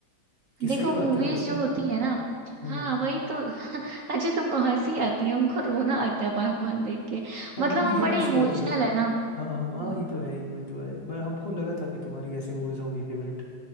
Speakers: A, on the left; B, on the right.
A: कि सही
B: देखो
A: बात
B: मूवीज
A: है उसमें
B: जो होती है ना
A: हम्म
B: हाँ वही तो <laughs> अच्छा तुमको हंसी आती है हमको रोना आता है बागबान देख के
A: हमको
B: मतलब
A: ये
B: हम बड़े
A: हंसी
B: इमोशनल
A: आती है
B: है ना
A: हाँ हम
B: हम्म
A: हाँ ये तो है ही वो तो है पर हमको लगा था कि तुम्हारी ऐसी मूवीज होंगी फेवरेट